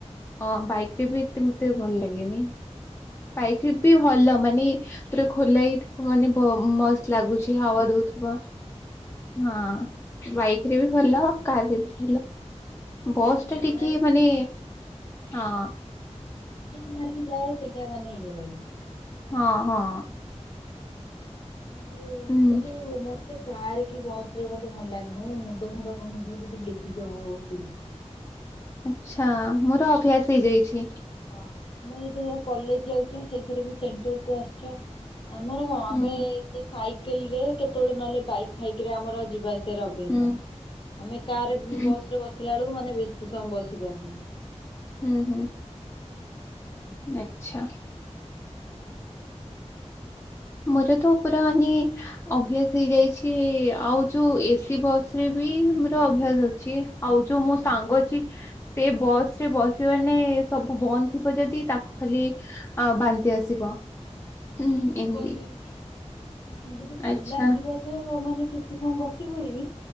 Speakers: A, on the left; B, on the left.
A: ଅଁ ବାଇକ ରେ ବି ସେମତି ଭଲ ଲାଗେନି?
B: ହଁ,
A: ବାଇକ ରେ ବି ଭଲ ମାନେ ପୁରା ଖୋଲା ହେଇ ମାନେ ମସ୍ତ ଲାଗୁଛି
B: ମତେ
A: ହୱା ଦଉଥିବ ହଁ ବାଇକ ରେ ବି ଭଲ କାରରେ ବି ଭଲ
B: ମତେ
A: ବସ୍
B: ଏଇ ଯୋଉ
A: ଟା
B: କାର
A: ଟିକେ
B: କି
A: ମାନେ ହଁ
B: କିକ୍ ମାରିକି ଯାଏ ସେଇଟା ମାନେ ଇଏ ଲାଗେ
A: ହଁ ହଁ
B: କିନ୍ତୁ
A: ହୁଁ
B: କିନ୍ତୁ ମତେ କାର କି ବସ ରେ ମତେ ଭଲ ଲାଗେନା ମୋ ମୁଣ୍ଡ ଫୁଣ୍ଡ କଣ ହେଇଯିବ ଯଦି ବେଶୀ ସମୟ ବସିଲି।
A: ଆଛା ମୋର ଅଭ୍ୟାସ ହେଇଯାଇଛି।
B: ହଁ ତମେ ଏଇ ଧର କଲେଜ ଯାଉଛ ସେଇଥିରେ ବି ସେଣ୍ଟର କୁ ଆସିଛ। ଆମର କଣ
A: ହୁଁ
B: ଆମେ ସେ ସାଇକେଲ ରେ କେତେବେଳେ ନହେଲେ ବାଇକ ଫାଇକ ଆମର ଯିବା ଆସ ସେ ର ଅଭ୍ୟାସ
A: ହୁଁ
B: ଆମେ କାର
A: ହୁଁ
B: ବସ ରେ ବସିଲା ବେଳକୁ ମାନେ ବେଶୀ ସମୟ ବସି ପାରୁନୁ।
A: ହୁଁ ହୁଁ ଆଚ୍ଛା ମୋର ତ ପୁରା ମାନେ ଅଭ୍ୟାସ ହେଇଯାଇଛି ଆଉ ଯୋଉ ଏସି ବସ ରେ ବି ମୋର ଅଭ୍ୟାସ ଅଛି। ଆଉ ଯୋଉ ମୋ ସାଙ୍ଗ ଅଛି ସେ ବସ ରେ ବସିବାନେ ସବୁ ବନ୍ଦ ଥିବ ଯଦି ତାକୁ ଖାଲି ଅ ବାନ୍ତି ଆସିବ।
B: ହଁ
A: ଉଁ
B: ମୁଁ
A: ଏମିତି
B: ପା ସେମତି ଯଦି ଖୋଲା
A: ଆଚ୍ଛା
B: ଥିବ। ତ ମାନେ କିଛି ସମୟ ବସି ପଡିବି।